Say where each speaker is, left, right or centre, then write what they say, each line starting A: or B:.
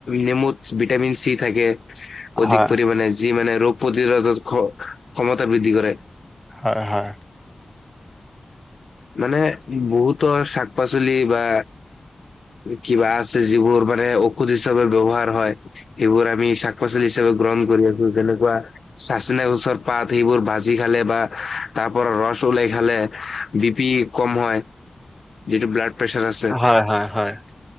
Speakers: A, on the left; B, in the centre.
A: নেমুত ভিটামিন চি থাকে অধিক
B: হয়
A: পৰিমানে যি মানে ৰোগ প্ৰতিৰোধক ক্ষমতা বৃদ্ধি কৰে।
B: হয় হয়
A: মানে বহুতো চাক পাচলি বা কিবা আছে যিবোৰ মানে ঔষধ হিচাপে ব্যৱহাৰ হয়। সেইবোৰ আমি চাক পাচলি হিচাপে গ্ৰহণ কৰি আছো। যেনেকুৱা চাচিনা গছৰ পাৰৰ আদি বোৰৰ সেইবোৰ ভাজি খালে বা তাৰ পৰা ৰস ওলাই খালে বি পি কম হয়, যিটো ব্লাড প্ৰেছাৰ আছে
B: হয়, হয়, হয়।